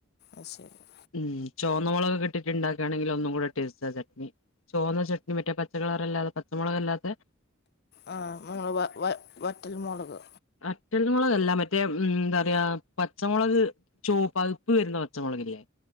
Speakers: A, on the left; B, on the left.
A: അശെരി
B: ഉം ചോന്നമൊളകൊക്കെ ട്ട്ണ്ടാക്കാണങ്കില് ഒന്നുംകൂടെ ടേസ്റ്റാ ചട്നി ചോന്ന ചട്നി മറ്റേ പച്ചക്കളറല്ലാതെ പച്ച മൊളകല്ലാത്തേ
A: ആഹ് നിങ്ങള് വ വ വറ്റൽ മൊളക്
B: അറ്റൽമുളകല്ല മറ്റേ ന്താറിയാ പച്ചമുളക് ചൂവപ്പ പ്പ് വരുന്ന പച്ച മൊളകില്ലേ